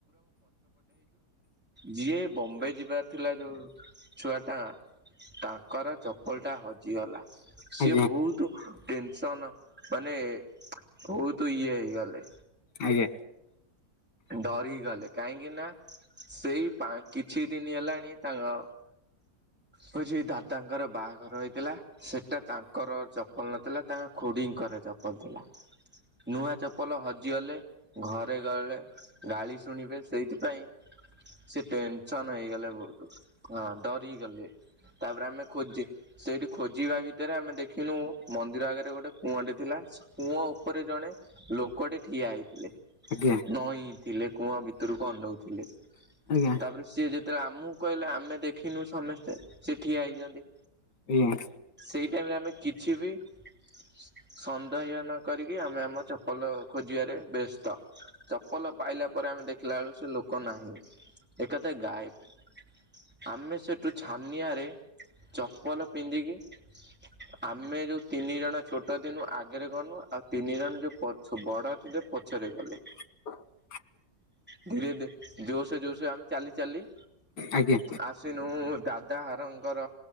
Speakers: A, in the centre; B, on the left.
A: ଯିଏ ବମ୍ବେ ଯିବାର ଥିଲା ଯଉ ଛୁଆ ଟା ତାଙ୍କର ଚପଲ୍ ଟା ହଜି ଗଲା। ସିଏ
B: ଆଜ୍ଞା ଆଜ୍ଞା ଆଜ୍ଞା ଆଜ୍ଞା ଆଜ୍ଞା ଆଜ୍ଞା ଆଜ୍ଞା ଆଜ୍ଞା
A: ବହୁତୁ ଟେନସନ୍ ମାନେ ବହୁତୁ ଇଏ ହେଇଗଲେ।
B: ଆଜ୍ଞା।
A: ଡରି ଗଲେ କାହିଁକିନା ସେଇ ପାଁ- କିଛି ଦିନି ହେଲାଣି ତାଙ୍କ ହଉଚି ଦାଦାଙ୍କର ବାହାଘର ହେଇଥିଲା ସେଟା ତାଙ୍କ୍ ଙ୍କର ଚପଲ ନଥିଲା ତାଙ୍କ ଖୁଡିଙ୍କର ଚପଲ୍ ଥିଲା ନୂଆ ଚପଲ୍ ଚପଲ ହଜିଗଲେ ଘରେ ଗଲେ ଗାଳି ଶୁଣିବେ ସେଇଥିପାଇଁ ସେ ଟେନସନ୍ ହେଇଗଲେ ବହୁତୁ ହଁ ଡରି ଗଲେ ତାପରେ ଆମେ ଖୋଜି ସେଇଠି ଖୋଜିବା ଭିତରେ ଆମେ ଦେଖିନୁ ମନ୍ଦିର ଆଗରେ ଗୋଟେ କୁଅଁଟେ ଥିଲା କୂଅ ଉପରେ ଜଣେ ଲୋକଟି ଠିଆ ହେଇଥିଲେ।
B: ଆଜ୍ଞା।
A: ନଇଁ ଥିଲେ କୂଅ ଭିତରକୁ ଅନଉଥିଲେ
B: ଆଜ୍ଞା ଆଜ୍ଞା
A: ତାପରେ ସିଏ ଯେତେବେଳେ ଆମକୁ କହିଲେ ଆମେ ଦେଖିନୁ ସମସ୍ତେ ସେ ଠିଆ ହେଇଚନ୍ତି
B: ହୁଁ।
A: ସେଇ ଟାଇମ୍ ରେ ଆମେ କିଛି ବି ସନ୍ଦେହ ନ କରିକି ଆମେ ଆମ ଚପଲ ଖୋଜିବା ବ୍ୟସ୍ତ ଚପଲ ପାଇଲା ପରେ ଆମେ ଦେଖିଲା ବେଳୁ ସେ ଲୋକ ନାହିଁ। ଏକାଥରେ ଗାୟେବ୍। ଆମେ ସେଠୁ ଛାନିଆରେ ଚପଲ ପିନ୍ଧିକି ଆମେ ଯୋଉ ତିନି ଜଣ ଛୋଟ ଥିଲୁ ଆଗରେ ଗନୁ ଆଉ ତିନି ଜଣ ଯୋଉ ପଛୁ ବଡ ଥିଲେ ପଛରେ ଗଲେ।
B: <inaudible>
A: ଧୀରେ ଧରେ ଜୋସ ଜୋସ ଆମେ ଚାଲି ଚାଲି
B: ଆଜ୍ଞା।
A: ଆସିନୁ ଦାଦା ହାରଙ୍କର